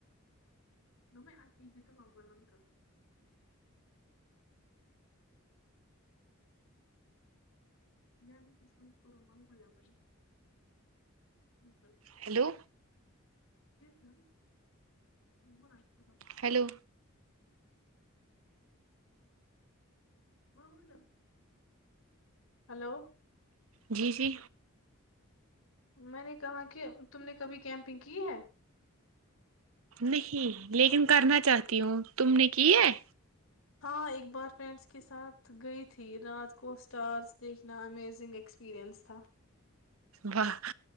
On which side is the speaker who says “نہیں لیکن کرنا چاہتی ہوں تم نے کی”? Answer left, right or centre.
Right